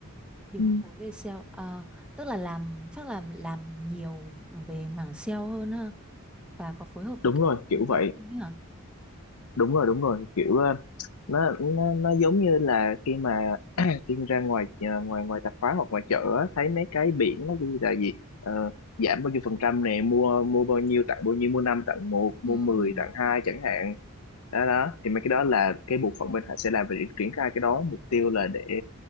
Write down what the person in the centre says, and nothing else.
điều
phối về sale ờ, tức là làm chắc là làm nhiều về mảng sale hơn ha và có phối hợp
với cả
bên
marketing ấy hả?
ừ
ừ